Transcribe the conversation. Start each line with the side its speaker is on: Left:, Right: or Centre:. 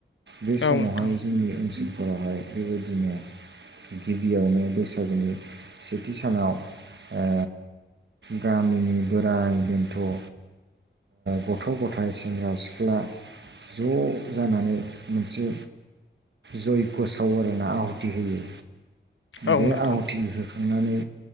Right: बे
Left: औ
Right: समावहाय
Left: नोंथां
Right: जोंनि ओनसोलफोरावहाय बेबायदिनो गिबियावनो बैसागुनि सेथि सानाव ओ गामिनि बोराय बेन्थ' ओ गथ' गथाइ सेंग्रा सिख्ला ज' जानानै मोनसे जयग' स सावो आरोना आहुथि होयो
Left: औ
Right: बे
Left: नोंथां
Right: आहुथि होखांनानै